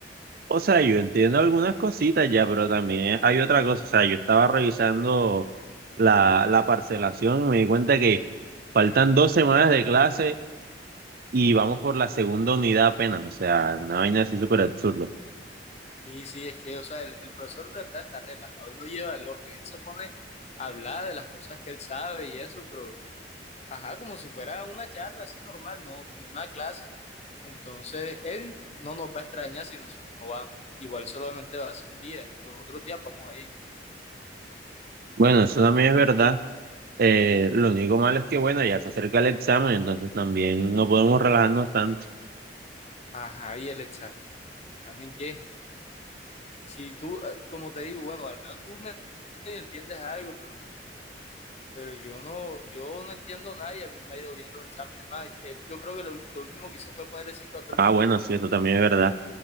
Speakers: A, on the right (about 55°); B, on the left (about 40°).
A: O sea, yo entiendo algunas cositas ya, pero también hay otra cosa. O sea, yo estaba revisando la, la parcelación y me di cuenta que faltan dos semanas de clase y vamos por la segunda unidad apenas. O sea, una vaina así súper absurda.
B: Sí, sí, es que, o sea, el, el profesor de verdad está relajado, él no lleva el orden, él se pone a hablar de las cosas que él sabe y eso, pero, ajá, como si fuera una charla así normal, no, no una clase. Entonces, él no nos va a extrañar si nosotros no vamos. Igual solamente va a ser un día, los otros días vamos ahí.
A: Bueno, eso también es verdad. Eh, lo único malo es que, bueno, ya se acerca el examen, entonces también no podemos relajarnos tanto.
B: Ajá, ¿y el examen qué? Si tú, eh, como te digo, bueno, al menos tú me entiendes algo, pero pero yo no, yo no entiendo nada y a mí me ha ido bien los exámenes. Es más, él, yo creo que lo, lo último que hizo fue ponerle cinco a todo el
A: Ah,
B: mundo.
A: bueno, sí, eso también es verdad.